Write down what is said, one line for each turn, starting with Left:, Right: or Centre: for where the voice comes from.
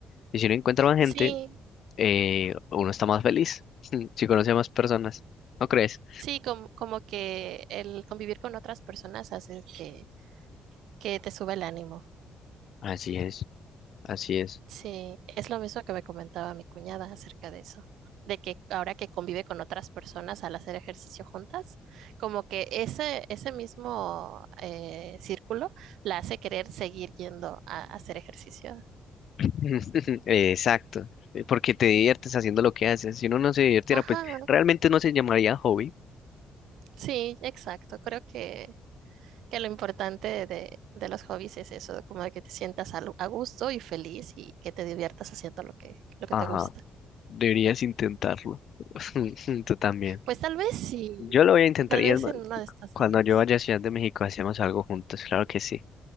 Left: Y si uno encuentra más gente,
Right: Sí,
Left: eh, uno está más feliz, <laughs> si conoce a más personas, ¿no crees?
Right: Sí, como, como que el convivir con otras personas hace que, que te sube el ánimo.
Left: Así es, así es.
Right: Sí, es lo mismo que me comentaba mi cuñada acerca de eso, de que ahora que convive con otras personas al hacer ejercicio juntas, como que ese, ese mismo eh, círculo la hace querer seguir yendo a, a hacer ejercicio.
Left: <laughs> Exacto, eh, porque te diviertes haciendo lo que haces. Si uno no se divirtiera,
Right: Ajá,
Left: pues realmente no se llamaría hobby.
Right: sí, exacto, creo que que lo importante de, de- de los hobbies es eso, como de que te sientas al- a, gusto y feliz y que te diviertas haciendo lo que, lo que
Left: Ajá,
Right: te gusta.
Left: deberías intentarlo. <laughs> Tú también.
Right: Pues tal vez sí,
Left: Yo lo voy a intentar
Right: tal
Left: y
Right: vez
Left: es más,
Right: en uno de estos
Left: cuando
Right: días.
Left: yo vaya a Ciudad de México hacemos algo juntos. Claro que sí,